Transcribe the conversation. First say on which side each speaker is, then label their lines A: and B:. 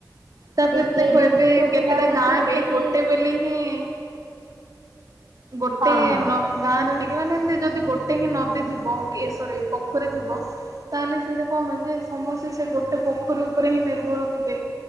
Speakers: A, on the right; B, on the right.
A: ତାପରେ
B: କେହି
A: ଦେଖ
B: ଦେଖୁ
A: ଏବେ କେତେଟା
B: ବି ନାହାନ୍ତି
A: ଗାଁ ରେ
B: ସେଠି
A: ଗୋଟେ ବୋଲି ହିଁ- ଗୋଟେ
B: ହଁ ହଁ
A: ନ- ଗାଁ ରେ ମାନେ ଏମିତି ଯଦି ଗୋଟେ ହିଁ ନଦୀ ଥିବ ଏସରି ପୋଖରୀ ଥିବ। ତାହେଲେ ସେଇଟା କଣ ଯେ ସମସ୍ତେ ସେ ଗୋଟେ ପୋଖରୀ ଉପରେ ହିଁ ନିର୍ଭର ଥିବେ।